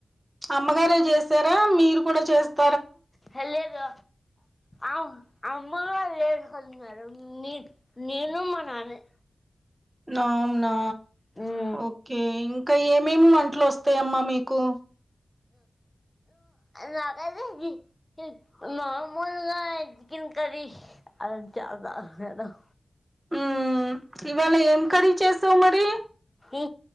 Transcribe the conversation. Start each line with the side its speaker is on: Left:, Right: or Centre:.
Right: అమ్మగారే చేసరా మీరు కూడా చేస్త
Left: హ లేదు అవు అమ్మగారు లేరు కదా మేడం నీ నేను మా నాన్నే
Right: అవునా
Left: ను
Right: ఓకే ఇంకా ఏం మేము వంట్లోస్తాయమ్మా మీకు
Left: నాకైతే మా మామూలుగా చికెన్ కర్రీ అలాంటివి రావు మేడమ్
Right: ఉ ఇవాళ ఏం కరీ చేసి వ్ మరి
Left: ఈ